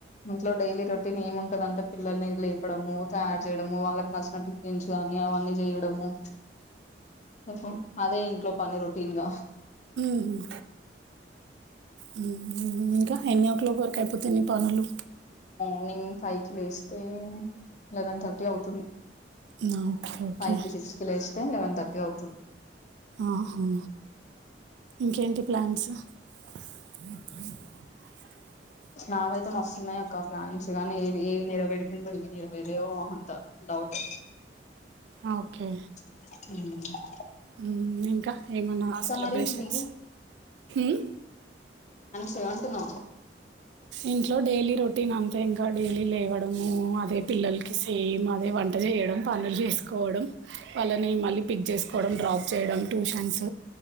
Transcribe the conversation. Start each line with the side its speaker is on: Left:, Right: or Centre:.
Left: ఇంట్లో డైలీ రొటీన్ ఏముంటదంటే, పిల్లల్ని లేపడము, తయారు చేయడము, వాళ్ళ నచ్చిన టిఫిన్స్ కానీ, అవన్నీ చేయడము. మ్హు అదే ఇంట్లో పని రొటీన్గ.
Right: మ్. మ్. ఇంకా, ఎన్నో క్లాక్ వరకు అయిపోతాయి నీ పనులు?
Left: మార్నింగ్ ఫైవ్ కి లేస్తే లెవెన్ థర్టీ అవుతుంది.
Right: నా, ఓకే ఓకే
Left: ఫైవ్ కి, సిక్స్ కి లేస్తే, లెవెన్ థర్టీ అవుతుంది.
Right: ఆహా ఇంకేంటి ప్లాన్స్? బ్
Left: నావయితే మస్తున్నాయి అక్క ప్లాన్స్. కానీ, ఏవి ఏవి నెరవేరుతయో, ఏవి నెరవేరవో అంత డౌట్.
Right: హ ఓకే.
Left: మ్
Right: మ్ ఇంకా ఏమన్న సెలబ్రేషన్స్?
Left: మరి నీది
Right: మ్
Left: తిలా అంటన్న.
Right: ఇంట్లో డైలీ రొటీన్ అంతె ఇంక. డైలీ లేవడము అదే పిల్లలకి సేమ్ అదే వంట చేయడం, పనులు చేసుకోవడం వాళ్లని మళ్లీ పిక్ చేసుకోవడం, డ్రాప్ చేయడం, ట్యూషన్స్